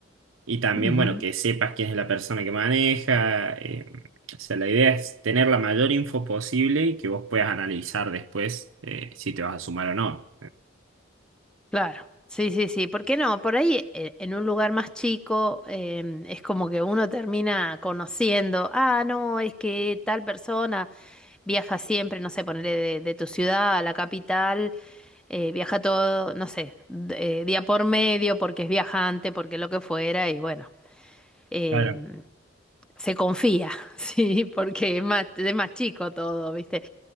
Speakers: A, on the right (about 80°); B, in the centre.
A: Y también,
B: Ujú.
A: bueno, que sepas quién es la persona que maneja. eh, o sea, la idea es tener la mayor info posible y que vos puedas analizar después eh, si te vas a sumar o no.
B: Claro, sí, sí, sí, ¿por qué no? Por ahí eh, en un lugar más chico em, es como que uno termina conociendo, ah, no, es que tal persona viaja siempre, no sé, ponerle de, de tu ciudad a la capital, eh, viaja todo, no sé, d- eh, día por medio, porque es viajante, porque lo que fuera, y bueno, em,
A: Claro.
B: se confía, <laughs> sí, porque es más, es más chico todo, ¿viste?